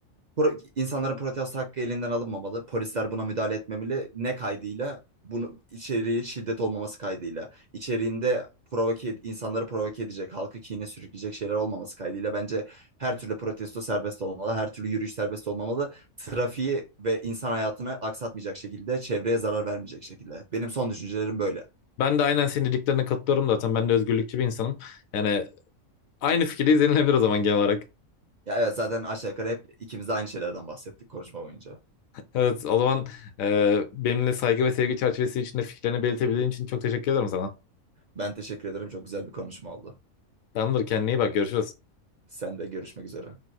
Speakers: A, on the right; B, on the left.
A: Pro- insanların protesto hakkı elinden alınmamalı. Polisler buna müdahale etmemeli. Ne kaydıyla? Bunu içeriği şiddet olmaması kaydıyla. İçeriğinde provoke, insanları provoke edecek, halkı kine sürükleyecek şeyler olmaması kaydıyla bence her türlü protesto serbest olmalı, her türlü yürüyüş serbest olmamalı. Trafiği ve insan hayatını aksatmayacak şekilde, çevreye zarar vermeyecek şekilde. Benim son düşüncelerim böyle.
B: Ben de aynen senin dediklerine katılıyorum zaten. Ben de özgürlükçü bir insanım. Yani aynı fikirdeyiz yenilebilir o zaman genel olarak.
A: Ya evet zaten aşağı yukarı hep ikimiz de aynı şeylerden bahsettik konuşma boyunca.
B: Evet, o zaman e, benimle saygı ve sevgi çerçevesi içinde fikirlerini belirtebildiğin için çok teşekkür ederim sana.
A: Ben teşekkür ederim. Çok güzel bir konuşma oldu.
B: Tamamdır, kendine iyi bak, görüşürüz.
A: Sen de görüşmek üzere.